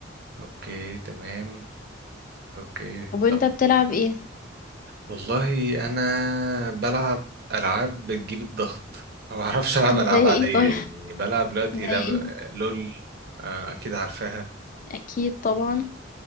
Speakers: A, on the right (about 55°); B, on the left (about 45°).
A: اوكي تمام اوكي
B: طب وانت
A: طب
B: بتلعب ايه
A: والله انا بلعب العاب بتجيب الضغط ما بعرفش العب
B: <laughs>
A: العاب
B: زي
A: عاديه
B: ايه طيب
A: يعني بلعب دلوقتي
B: زي
A: لعب
B: إيه؟
A: لول آه، اكيد عارفاها
B: أكيد طبعًا